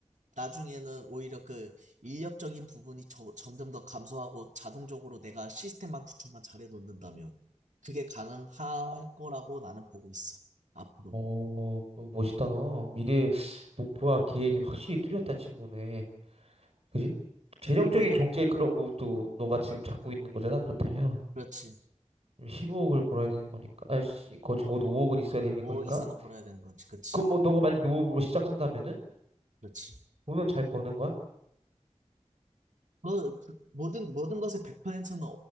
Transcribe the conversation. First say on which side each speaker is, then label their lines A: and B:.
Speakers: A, on the right (about 80°); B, on the right (about 55°).
A: 나중에는 오히려 그 인력적인 부분이 저- 점점 더 감소하고 자동적으로 내가 시스템만 구축만 잘해 놓는다면 그게 가능할 거라고 나는 보고 있어. 앞으로.
B: 어, 어, 멋있다, 너. 미래 목표와 계획이 확실히 뚜렷한 친구네. 그지? 재정적인
A: 그러면 이런,
B: 경제의 그런 부분도 너가 지금 잡고 있는 거잖아, 그렇다면.
A: 그렇지.
B: 15억을 벌어야 되는 거니까. 아씨, 그거 적어도 5억은 있어야 되는
A: 5억
B: 거니까.
A: 이상은 벌어야 되는 거지. 그치.
B: 그럼 뭐 너가 만약에 5억으로 시작한다면은
A: 그렇지.
B: 돈은 잘 버는 거야?
A: 그, 그 모든, 모든 것의 100%는